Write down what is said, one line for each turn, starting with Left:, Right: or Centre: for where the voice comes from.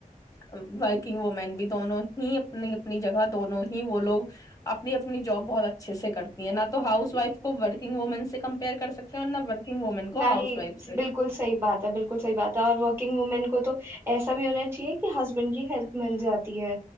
Left: ورکنگ وومین بھی دونوں ہی اپنی اپنی جگہ دونوں ہی وہ لوگ اپنی اپنی جاب بہت اچھے سے کرتی ہیں نہ تو ہاؤس وائف کو ورکنگ وومین سے کمپیئر کر ستے ہیں اور نہ وورکنگ ومن کو
Right: نہ
Left: ہاؤس
Right: ہی
Left: وائف سے
Right: بالکل صحی بات ہے بالکل صحی بات ہے اور وکنگ کو تو ایسا بھی ہونا چاہیے کہ ہسبینڈ کی ہیلپ مل جاتی ہے